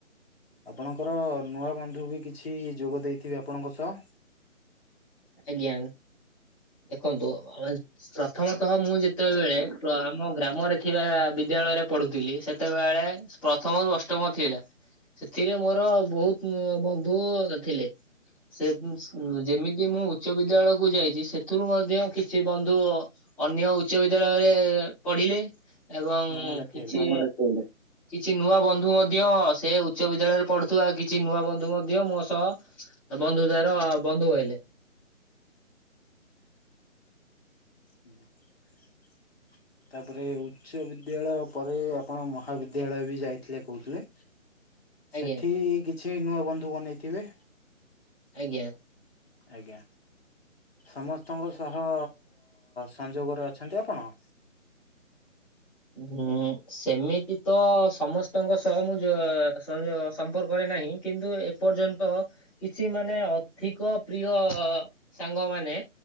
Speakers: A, on the left (about 50°); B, in the centre.
A: ଆପଣଙ୍କର ନୂଆ ବନ୍ଧୁ ବି କିଛି ଯୋଗ ଦେଇଥିବେ ଆପଣଙ୍କ ସଅ?
B: ଆଜ୍ଞା, ଦେଖନ୍ତୁ <unintelligible> ପ୍ରଥମତଃ ମୁଁ ଯେତେବେଳେ ପ୍ର ଆମ ଗ୍ରାମରେ ଥିବା ବିଦ୍ୟାଳୟରେ ପଢୁଥିଲି ସେତେବେଳେ ପ୍ରଥମରୁ ଅଷ୍ଟମ ଥିଲା ସେଥିରେ ମୋର ବହୁତୁ ଉଁ ବନ୍ଧୁ ଥିଲେ। ସେ ଉଁ ଯେମିତି ମୁଁ ଉଚ୍ଚ ବିଦ୍ୟାଳୟକୁ ଯାଇଛି ସେଥିରୁ ମଧ୍ୟ କିଛି ବନ୍ଧୁ ଅନ୍ୟ ଉଚ୍ଚ ବିଦ୍ୟାଳୟରେ ପଢିଲେ ଏବଂ
A: ନାମ ଲେଖେଇଲେ
B: କିଛି କିଛି ନୂଆ ବନ୍ଧୁ ମଧ୍ୟ ସେ ଉଚ୍ଚ ବିଦ୍ୟାଳୟରେ ପଢୁଥିବା କିଛି ନୂଆ ବନ୍ଧୁ ମଧ୍ୟ ମୋ ସହ ତ ବନ୍ଧୁତାର ବନ୍ଧୁ ହେଲେ।
A: ହୁଁ <unintelligible>
B: <inaudible>
A: ତାପରେ ଉଚ୍ଚ ବିଦ୍ୟାଳୟ ପରେ ଆପଣ ମହାବିଦ୍ୟାଳୟ ବି ଯାଇଥିଲେ କହୁଥିଲେ।
B: ଆଜ୍ଞା
A: ସେଠି କିଛି ନୂଆ ବନ୍ଧୁ ବନେଇଥିବେ?
B: ଆଜ୍ଞା।
A: ଆଜ୍ଞା ସମସ୍ତଙ୍କ ସହ ହ ସଂଯୋଗରେ ଅଛନ୍ତି ଆପଣ?
B: ହଁ ସେମିତି ତ ସମସ୍ତଙ୍କ ସହ ମୁଁ ଯୋ ସଂଯୋଗ ସମ୍ପର୍କରେ ନାହିଁ କିନ୍ତୁ ଏପର୍ଯ୍ୟନ୍ତ କିଛି ମାନେ ଅଧିକ ପ୍ରିୟ ସାଙ୍ଗମାନେ